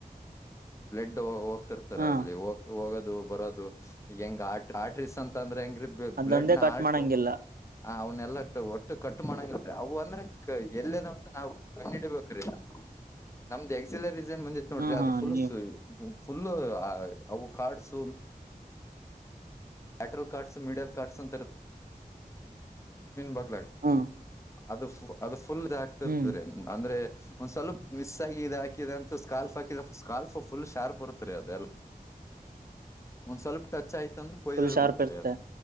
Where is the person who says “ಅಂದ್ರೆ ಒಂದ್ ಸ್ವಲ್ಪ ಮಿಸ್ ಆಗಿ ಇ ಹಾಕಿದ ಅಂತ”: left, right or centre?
Left